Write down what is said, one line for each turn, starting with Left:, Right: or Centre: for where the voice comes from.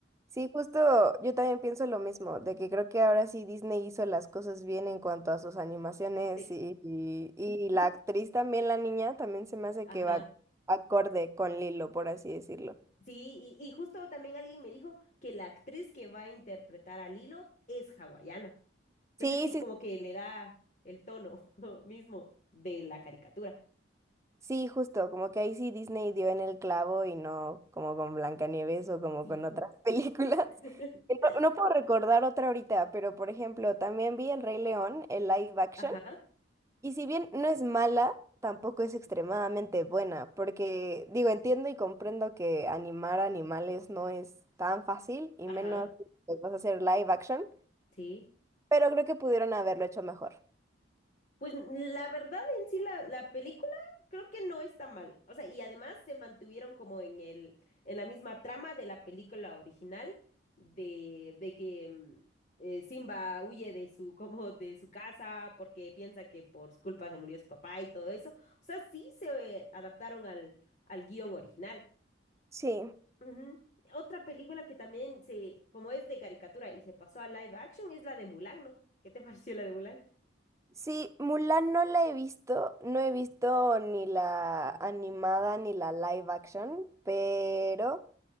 Right: Sí, justo yo también pienso lo mismo, de que creo que ahora sí Disney hizo las cosas bien en cuanto a sus animaciones
Left: Sí,
Right: y, y, y la actriz también, la niña, también se me hace
Left: ajá.
Right: que va acorde con Lilo, por así decirlo.
Left: Sí, y, y justo también alguien me dijo que la actriz que va a interpretar a Lilo es hawaiana. Entonces
Right: Sí,
Left: sí,
Right: sí,
Left: como que le da el tono <laughs> mismo de la caricatura.
Right: sí, justo, como que ahí sí Disney dio en el clavo y no como con Blancanieves o como
Left: Sí.
Right: con otras <laughs> películas.
Left: <laughs>
Right: No, no puedo recordar otra ahorita, pero por ejemplo, también vi El Rey León, el live action.
Left: Ajá,
Right: Y si bien no es mala, tampoco es extremadamente buena, porque digo, entiendo y comprendo que animar animales no es tan fácil y
Left: ajá,
Right: menos pues, vas a hacer live action,
Left: sí.
Right: pero creo que pudieron haberlo hecho mejor.
Left: Pues la verdad en sí la, la película creo que no está mal. O sea, y además se mantuvieron como en el, en la misma trama de la película original de, de que mm, eh, Simba huye de su, <laughs> como de su casa porque piensa que por su culpa se murió su papá y todo eso. O sea, sí se eh, adaptaron al, al guión original.
Right: Sí.
Left: Ujú. Otra película que también se, como es de caricatura y se pasó a live action es la de Mulan, ¿no? ¿Qué te <laughs> pareció la de Mulan?
Right: Sí, Mulan no la he visto, no he visto ni la animada ni la live action, pero